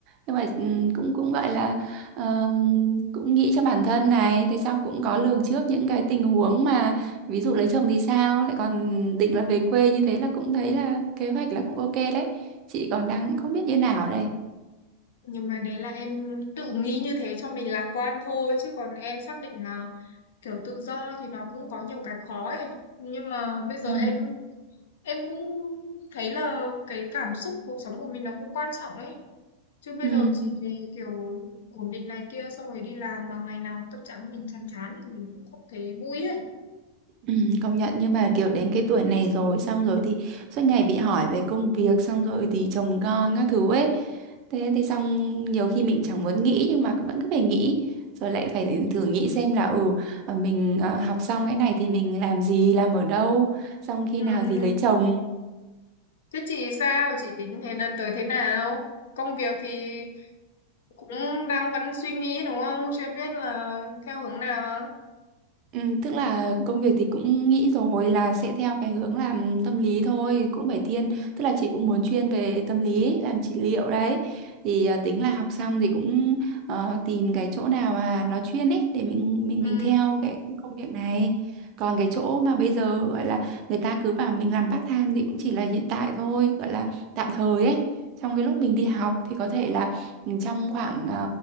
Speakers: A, on the right; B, on the left.
A: Nhưng mà ừ, cũng cũng gọi là ờm, cũng nghĩ cho bản thân này, thế xong cũng có lường trước những cái tình huống mà ví dụ lấy chồng thì sao, lại còn định là về quê như thế là cũng thấy là kế hoạch là cũng ok đấy. Chị còn đang không biết như nào đây.
B: nhưng mà đấy là em tự nghĩ như thế cho mình lạc quan thôi chứ còn em xác định là kiểu tự do thì nó cũng có nhiều cái khó ấy nhưng mà bây giờ
A: Ừ.
B: em em cũng thấy là cái cảm xúc cuộc sống của mình nó cũng quan trọng ấy Chứ bây
A: Ừ.
B: giờ chỉ vì kiểu ổn định này kia xong rồi đi làm mà ngày nào tâm trạng mình chán chán thì mình cũng không thấy vui ấy.
A: Ừ, công nhận nhưng mà kiểu đến cái tuổi này rồi xong rồi thì suốt ngày bị hỏi về công việc xong rồi thì chồng con các thứ ấy thế thì xong nhiều khi mình chẳng muốn nghĩ nhưng mà vẫn cứ phải nghĩ rồi lại phải thử nghĩ xem là ừ ờ, mình ờ, học xong cái này thì mình làm gì làm ở đâu xong khi
B: Ừm,
A: nào thì lấy chồng
B: Thế chị sao? Chị tính thế đợt tới thế nào? Công việc thì cũng đang vẫn suy nghĩ đúng không? Chưa biết là theo hướng nào.
A: Ừ, tức là công việc thì cũng nghĩ rồi là sẽ theo cái hướng làm tâm lý thôi cũng phải thiên tức là chị cũng muốn chuyên về tâm lý làm trị liệu đấy thì à, tính là học xong thì cũng ờ, tìm cái chỗ nào mà nó chuyên ấy để mình mình
B: Ừ.
A: mình theo cái công việc này còn cái chỗ mà bây giờ gọi là người ta cứ bảo mình làm part time thì cũng chỉ là hiện tại thôi gọi là tạm thời ấy trong cái lúc mình đi học thì có thể là ừ, trong khoảng